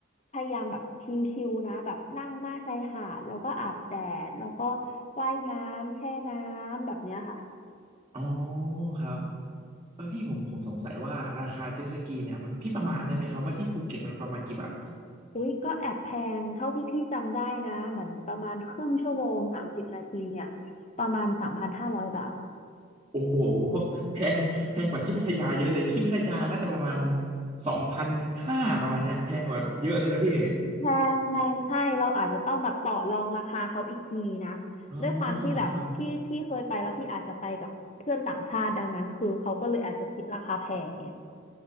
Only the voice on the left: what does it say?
พยายามแบบชิลๆนะแบบนั่งหน้าชายหาดแล้วก็อาบแดดแล้วก็ว่ายน้ำแช่น้ำแบบเนี้ยค่ะ
อุ๊ยก็แอบแพงเท่าที่พี่จำได้นะเหมือนประมาณครึ่งชั่วโมงสามสิบนาทีเนี่ยประมาณสามพันห้าร้อยบาท
แพงแพงใช่เราอาจจะต้องแบบต่อรองราคาเขาอีกทีนะ
ด้วยความที่แบบพี่พี่เคยไปแล้วพี่อาจจะไปกับเพื่อนต่างชาติดังนั้นคือเขาก็เลยอาจจะคิดราคาแพงไง